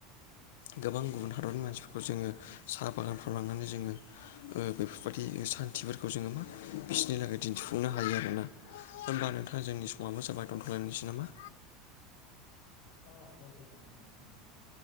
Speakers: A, on the left (about 85°); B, on the left (about 55°).
A: गोबां गुबुन हादरनि मानसिफोरखौ जोङो साहा बागानफ्राव लांनानै जोङो बेफोरबायदि सान्थिफोरखौ जोङो मा बिसोरनि थाखायै दिन्थिफुंनो हायो आरोना होनोमबा नोंथाङा जोंनि समाबो जाबाय
B: औ
A: दोनथ'लायनोसै
B: औ
A: नामा?
B: औ दे गोजोन्थों गोजोन्थों नोंथा।